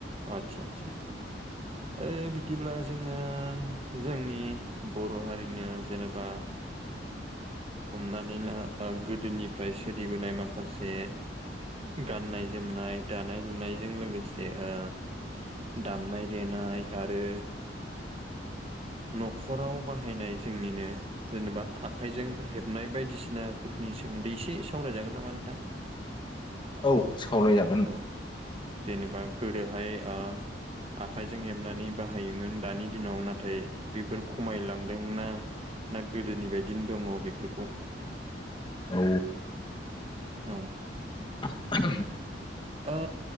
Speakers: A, on the right (about 35°); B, on the left (about 25°).
A: आतसा आतसा। ओ बिदिब्ला जोङो जोंनि बर' हारिनि जेनेबा हमनानै ला गोदोनिफ्राय सोलिबोनाय माखासे गाननाय जोमनाय, दानाय लुनायजों लोगोसे आ दामनाय देनाय आरो न'खराव बाहायनाय जोंनिनो जेनेबा आखाइजों हेबनाय बायदिसिनाफोरनि सोमोन्दै एसे सावरायजागोन नामा नोंथां?
B: औ। सावयजा
A: औ जेनेबा गोदोहाय ओ आखाइजों हेबनानै बाहायोमोन, दानि दिनाव नाथाय बेफोर खमायलांदोंना ना गोदोनि बायदिनो दङ बेफोरखौ
B: औ।
A: औ।
B: <inaudible>
A: ओ